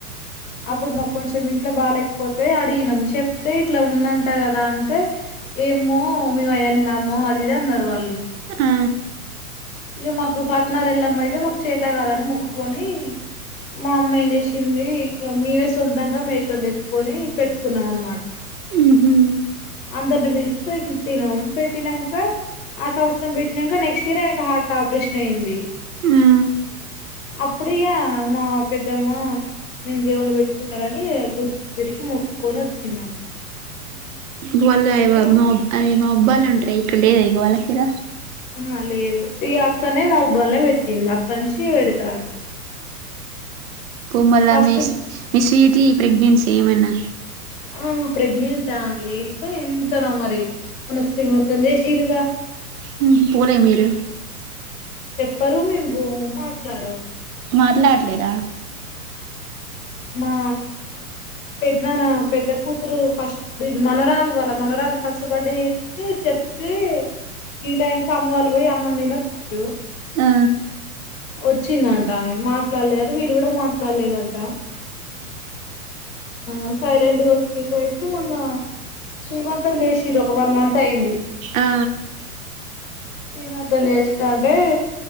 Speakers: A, on the left (about 60°); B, on the right (about 60°).
A: అప్పుడు మాకు కొంచెం ఇంట్లో బాలేకపోతే అడిగినము చెప్తే ఇట్లా ఉందంటా కదా అంటే ఏమో మీ అయనే నామ్మో అదిదే అన్నారు వాళ్ళు
B: ఆ
A: ఇక మాకు పట్టణాలు వెళ్ళామ అయితే మాకు చేత కాదని మొక్కుకొని మా అమ్మాయి ఏం చేసింది ఇక మవే సొంతంగా మేకని తెచ్చుకొని పెట్టుకున్నాం అనమాట
B: ఉహు
A: అందరిని పిలిచి పెట్టినాము పెట్టినాక ఆ సంవత్సరం పెట్టినాక నెక్స్ట్ ఇయర్ ఆయన హట్ టాపరేషన్ అయింది
B: ఆ
A: అప్పుడక మా పెద్దమ్మ నేను దేవుని పెట్టుకుంటారని గుడి చట్టటు తిరిగి మొక్కుకొని వచ్చిందంట
B: వాళ్ళ
A: ఇగ
B: అ మా అ మా అబ్బాలు ఉంటా ఇక్కడ లేద ఇ వాళ్ళకిడ
A: ఆ లేదు ఈ అక్కనే మా బబల్నే పెట్టింది అప్ప నుంచి పెడతారు
B: పూ మల్ల
A: ఫస్ట్
B: మీ మీ స్వీట్ టీ ప్రెగ్నెన్సీ ఏమన్నా
A: ఆ ప్రెగ్నెంటా వెయిపో ఎంతనో మొన్న శ్రీమంతం జేసీరుగా.
B: మ్మ్ హు పోలే మీరు
A: పరు మేము బోము మాట్లాడం
B: మాట్లాడట్లేరా
A: మా పెద్దనాన్న పెద్ద కూతురు ఫస్ట్ బిడ్ మనవరాల్దివాళ్ళ మనవరాల్ది ఫస్ట్ బర్డే ఎత్తే చెప్తే ఈ టైంకి అమ్మవాళ్ళు పోయి అన్నం తిని వచ్చిర్రు,
B: ఆ
A: వచ్చిందంట ఆమె మాట్లాడలేదట వీళ్ళు కూడా మాట్లాడలేదం ట ఆ సైలెంట్గా వచ్చిర్రు అయితే మొన్న శ్రీమంతం చేసిర్రు ఒక వన్ మంత్ అయింది.
B: ఆ
A: శ్రీమంతం చేస్తంటే